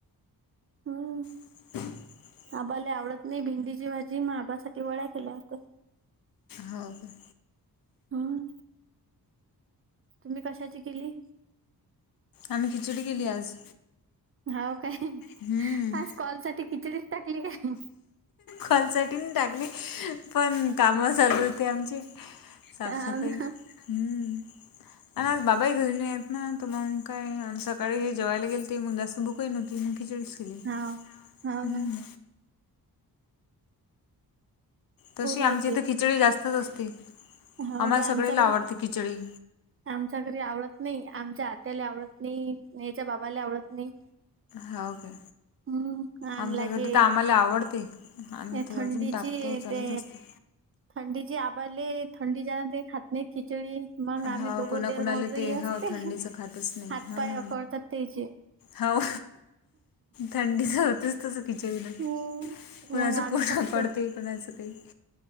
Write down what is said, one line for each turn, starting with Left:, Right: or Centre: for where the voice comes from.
Right: हम्म.
Left: <inaudible>
Right: आबाला आवडत नाही भिंडीची भाजी मग, आबासाठी वड्या केल्या होत्या.
Left: हो का.
Right: हम. तुम्ही कशाची केली.
Left: आम्ही खिचडी केली आज.
Right: हाव काय
Left: हम्म
Right: आज कॉल साठी, खिचडीत टाकली काय.
Left: कॉल साठी नी टाकली, पण काम चालू होती आमची. साफ
Right: हाव
Left: सफाई
Right: ना
Left: हम्म, आज बाबा. हेनी आहेत ना तर मग काय, सकाळी हे जेवायला गेल ते मग जास्त भुकही नव्हती मग खिचडीच. केली
Right: हा होना.
Left: हम्म तशी
Right: पुरलं
Left: आमच्या
Right: ते
Left: इथे
Right: बी.
Left: खिचडी जास्तच असते,
Right: हाव
Left: आम्हाला
Right: काय
Left: सगळेला
Right: आमच्या
Left: आवडते
Right: घरी
Left: खिचडी.
Right: आमच्या घरी आवडत नाही. आमच्या आत्याला आवडत नाही याच्या बाबाला आवडत नाही.
Left: हांव काय.
Right: हम्म आणि
Left: आमच्या
Right: लागे
Left: घरी तर आम्हाला आवडते, आम्ही
Right: या
Left: तर
Right: थंडीची
Left: अजून टाकतो चालूच
Right: ते
Left: असते.
Right: थंडीची आबाले थंडी जण ते खात. नाही खिचडी मग आम्ही
Left: हो
Right: दोघो
Left: कोणाकोणाला
Right: देर भाऊ जही
Left: ते
Right: असते.
Left: हो थंडीचं खातच नाही
Right: हातपाय
Left: हो ना
Right: अकडतात. तेचे.
Left: हो थंडीच होतेच तस. कचही ना
Right: हम्म
Left: कोणाचं
Right: मग आम्ही
Left: पूर्ण
Right: फक्त
Left: करते कोणाचं काही.